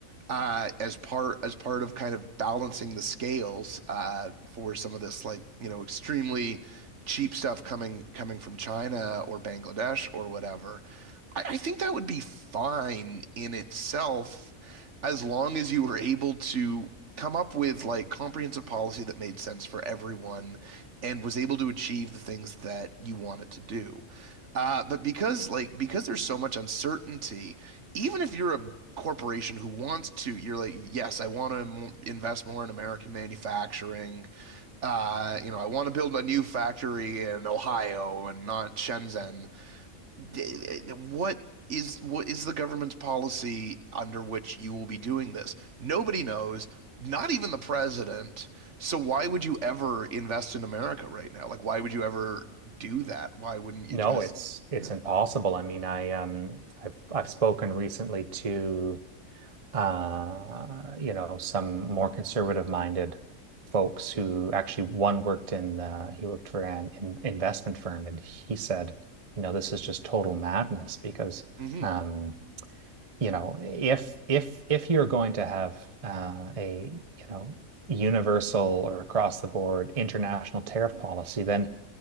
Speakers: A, on the right; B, on the right.
A: uh, as part as part of kind of balancing the scales uh, for some of this like you know extremely cheap stuff coming coming from China or Bangladesh or whatever. I, I think that would be fine in itself as long as you were able to come up with like comprehensive policy that made sense for everyone and was able to achieve the things that you want it to do. Uh, but because like because there's so much uncertainty, even if you're a corporation who wants to, you're like, yes, I want to m- invest more in American manufacturing. Uh, you know, I want to build a new factory in Ohio and not Shenzhen d- what is what is the government's policy under which you will be doing this? Nobody knows, not even the president. So why would you ever invest in America right now? Like, why would you ever do that? Why wouldn't you
B: No,
A: just?
B: it's it's
A: Yeah.
B: impossible. I mean, I um I've I've spoken recently to uh you know some more conservative minded folks who actually one worked in uh, he worked for an in investment firm and he said, you know, this is just total madness because
A: hmm
B: um you know if if if you're going to have uh, a you know universal or across the board international tariff policy, then